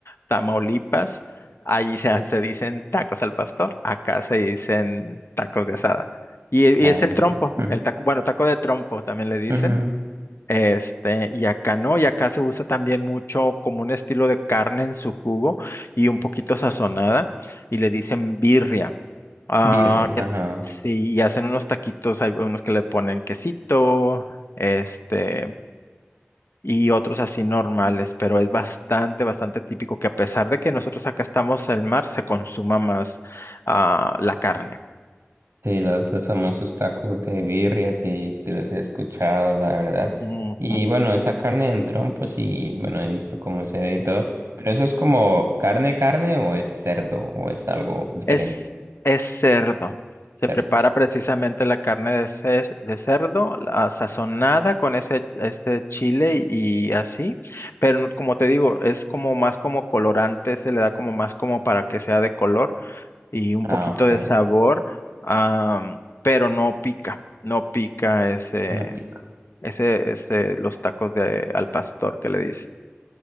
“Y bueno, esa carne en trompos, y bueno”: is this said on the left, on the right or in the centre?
Right